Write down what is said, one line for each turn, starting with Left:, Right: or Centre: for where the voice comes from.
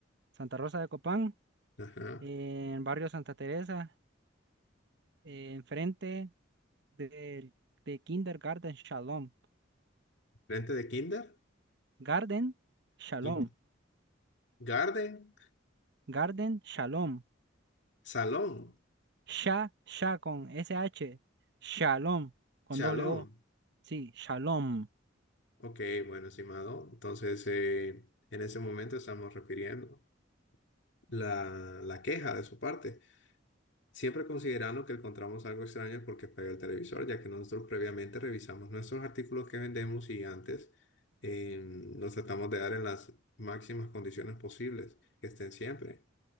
Right: Santa Rosa de Copán,
Left: ajá.
Right: en barrio Santa Teresa, eh, enfrente del de Kindergarten Shalom.
Left: Frente de kinder,
Right: Garden Shalom.
Left: kit- garden,
Right: Garden Shalom.
Left: salón,
Right: Sha, Sha con S H Shalom con
Left: chalón.
Right: doble O. Sí, Shalom.
Left: Ok, bueno, estimado. Entonces, eh, en ese momento estamos refiriendo la, la queja de su parte. Siempre considerando que encontramos algo extraño porque falló el televisor, ya que nosotros previamente revisamos nuestros artículos que vendemos y antes eh, los tratamos de dar en las máximas condiciones posibles, que estén siempre